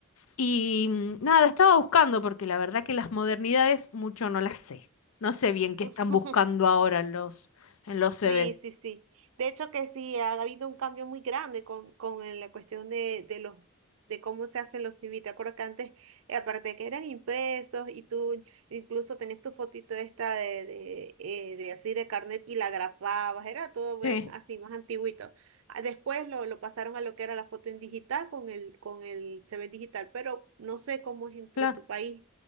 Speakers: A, on the left; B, on the right.
A: Y mm, nada, estaba buscando porque la verdad que las modernidades mucho no las sé. No sé bien qué
B: <laughs>
A: están buscando ahora en los, en los CVs.
B: Sí, sí, sí. De hecho que sí, ha habido un cambio muy grande con, con el- la cuestión de, de los de cómo se hacen los CV. Te acuerdas que antes, eh, aparte de que eran impresos y tú incluso tenías tu fotito esta de, de, eh, de así de carnet y la grapabas, era todo bien
A: Sí,
B: así, más antiguito. Ah, Después lo, lo pasaron a lo que era la foto en digital con el, con el C V digital, pero no sé cómo es en,
A: claro.
B: en tu país,